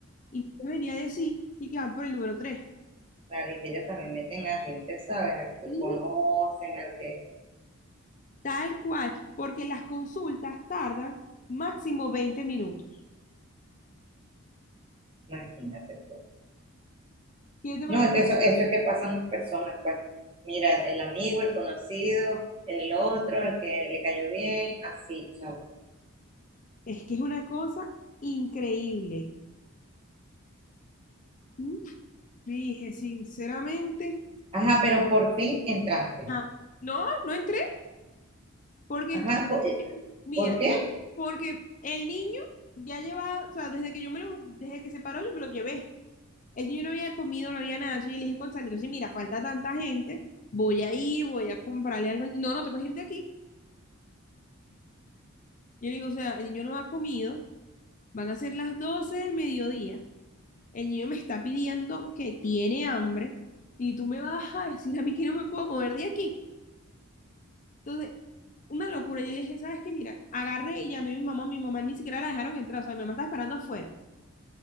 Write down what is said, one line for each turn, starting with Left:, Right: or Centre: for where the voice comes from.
Left: Y nos venía a decir y que van por el número tres
Right: Claro, y que ellos también meten a gente, ¿sabes? Al que
Left: Y
Right: conocen, al que...
Left: tal cual, porque las consultas tardan máximo 20 minutos.
Right: Imagínate tú.
Left: ¿Qué te
Right: No,
Left: parece?
Right: es que eso, eso es que pasan personas, pues. Mira, el amigo, el conocido, el otro, el que le cayó bien, así, chao.
Left: Es que es una cosa increíble. ¿Mm? Dije, sinceramente,
Right: Ajá, pero por fin entraste.
Left: ah, no, no entré, porque
Right: Ajá,
Left: entonces,
Right: ¿por,
Left: mira,
Right: ¿por qué?
Left: porque el niño ya lleva, o sea, desde que yo me lo, desde que se paró, yo me lo llevé. El niño no había comido, no había nada, entonces yo le dije, Gonzalo, entonces mira, falta tanta gente, voy a ir, voy a comprarle algo. al- No, no te puedes ir de aquí. Yo le digo, o sea, el niño no ha comido, van a ser las 12 del mediodía, el niño me está pidiendo que tiene hambre y tú me vas a decir a mí que no me puedo mover de aquí. Entonces, una locura. Yo le dije, ¿sabes qué? Mira, agarré y llamé a mi mamá, mi mamá ni siquiera la dejaron entrar, o sea, mi mamá estaba esperando afuera.